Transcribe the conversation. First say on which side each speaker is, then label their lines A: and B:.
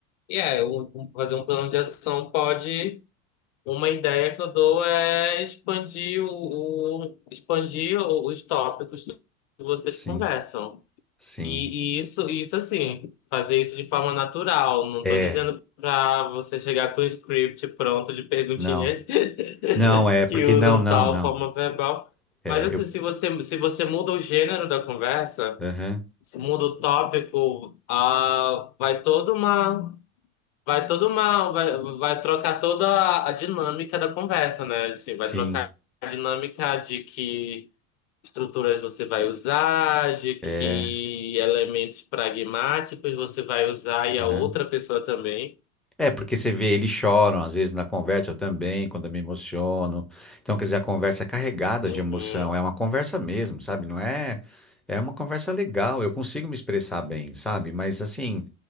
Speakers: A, on the left (about 60°); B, in the centre.
A: e é, um- um- fazer um plano de ação pode. Uma ideia que eu dou é expandir o, o- expandir o- os tópicos que vocês
B: Sim,
A: conversam.
B: sim.
A: E, e isso, isso assim, fazer isso de forma natural. Não estou
B: É,
A: dizendo para você chegar com o script pronto de perguntinhas
B: não.
A: <laughs>
B: Não, é,
A: que
B: porque
A: usam
B: não, não,
A: tal
B: não.
A: forma verbal.
B: É,
A: Mas assim,
B: eu.
A: se você, se você muda o gênero da conversa,
B: Aham,
A: se muda o tópico, ah, vai toda uma Vai todo mal, vai, vai trocar toda a a dinâmica da conversa, né? Assim, vai
B: sim,
A: trocar a dinâmica de que estruturas você vai usar, de
B: é.
A: que elementos pragmáticos você vai usar e
B: aham.
A: a outra pessoa também.
B: É, porque você vê, eles choram, às vezes na conversa eu também, quando eu me emociono. Então, quer dizer, a conversa é carregada
A: Uhum.
B: de emoção, é uma conversa mesmo, sabe? Não é. É uma conversa legal, eu consigo me expressar bem, sabe? Mas assim.